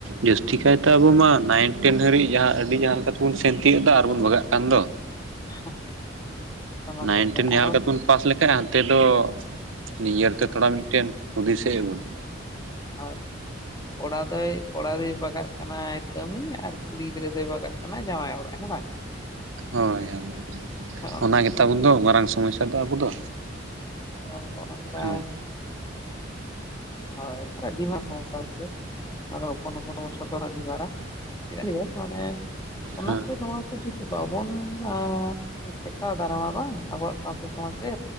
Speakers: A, on the right; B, on the left.
A: ᱡᱟᱹᱥᱛᱤ ᱠᱟᱭᱛᱮ ᱟᱵᱚ ᱢᱟ ᱱᱟᱭᱤᱱᱴᱮᱱ ᱦᱟᱹᱨᱤᱡ ᱡᱟᱦᱟᱸ ᱟᱹᱰᱤ ᱡᱟᱦᱟᱸ ᱛᱮᱵᱚᱱ ᱥᱮᱱ ᱛᱤᱭᱳᱜ ᱫᱟ ᱟᱨᱵᱚᱱ ᱵᱟᱜᱟᱜ ᱠᱟᱱ ᱫᱚ?
B: <unintelligible> ᱠᱟᱛᱷᱟ ᱢᱟ
A: ᱱᱟᱭᱤᱱᱴᱤᱱ
B: ᱠᱟᱱ ᱜᱮ
A: ᱡᱟᱦᱟᱸ
B: ᱟᱨᱚ
A: ᱞᱮᱠᱟ ᱛᱮᱵᱚᱱ ᱼᱼ ᱯᱟᱥ ᱞᱮᱠᱷᱟᱱ ᱦᱟᱱᱛᱮ ᱫᱚ ᱱᱤᱡᱮᱨ ᱛᱮ ᱛᱷᱚᱲᱟ ᱢᱤᱫᱴᱮᱱ ᱦᱩᱫᱤᱥ ᱮ ᱟᱹᱵᱩᱱᱟ᱾
B: ᱦᱳᱭ᱾ ᱠᱚᱲᱟ ᱫᱚᱭ ᱠᱚᱲᱟ ᱫᱚᱭ ᱵᱟᱜᱟᱜ ᱠᱟᱱᱟ ᱠᱟᱹᱢᱤ ᱟᱨ ᱠᱩᱲᱤ ᱜᱤᱫᱽᱨᱟᱹ ᱫᱚᱭ ᱵᱟᱜᱟᱜ ᱠᱟᱱᱟ ᱡᱟᱶᱟᱭ ᱚᱲᱟᱜ ᱦᱮᱸ ᱵᱟᱝ?
A: ᱦᱳᱭ ᱦᱳᱭ
B: ᱦᱚᱸ
A: ᱚᱱᱟ ᱜᱮᱛᱟᱵᱚᱱ ᱫᱚ ᱢᱟᱨᱟᱝ ᱥᱚᱢᱚᱥᱥᱟ ᱫᱚ ᱟᱵᱚ ᱫᱚ᱾
B: ᱚᱠᱟ
A: ᱦᱳᱭ
B: ᱦᱳᱭ ᱟᱹᱫᱤᱢᱟᱜ ᱥᱚᱢᱚᱥᱥᱟ ᱫᱚ ᱟᱨᱦᱚᱸ ᱦᱚᱯᱚᱱ ᱦᱚᱯᱚᱱ ᱦᱚᱸ ᱵᱚᱱ ᱥᱚᱫᱚᱨᱟ ᱟᱹᱰᱤ ᱢᱟᱨᱟᱝ᱾ ᱡᱟᱭᱦᱚᱠ ᱢᱟᱱᱮ ᱚᱱᱟ
A: ᱦᱳᱭ
B: ᱠᱚ ᱱᱚᱣᱟ ᱠᱚ ᱡᱩᱫᱤ ᱵᱟᱵᱚᱱ ᱟᱸᱻ ᱴᱮᱠᱟᱣ ᱫᱟᱨᱟᱢᱟ ᱵᱟᱝ? ᱟᱵᱚᱣᱟᱜ ᱥᱟᱶᱛᱟ ᱥᱚᱢᱟᱡᱽ ᱛᱮ᱾